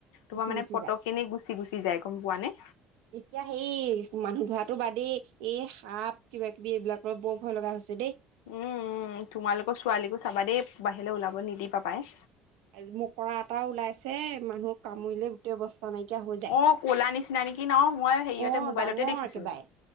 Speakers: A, on the right; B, on the left.
A: গুচি
B: তোমাৰ মানে
A: গুচি
B: পতক
A: যায়।
B: কেনি গুচি গুচি যায় গম পোৱা নে।
A: এতিয়া সেই মানুহ ধৰাটো বাদেই এই সাপ কিবা কিবি এইবিলাকৰ বৰ ভয় লগা হৈছে দেই।
B: উম, ' উম', তোমালোকৰ ছোৱালীকো চাবা দেই বাহিৰলৈ ওলাব নিদিবা পাই।
A: আজি মকৰা এটাও ওলাইছে মানুহক কামুৰিলে গোটেই ব অবস্থা নাইকিয়া হৈ যায়
B: অ ক'লা নিচিনা নেকি ন মই হেৰিয়তে
A: অহ
B: মোবাইলতে
A: ডাঙৰ
B: দেখিছো
A: একেবাৰে।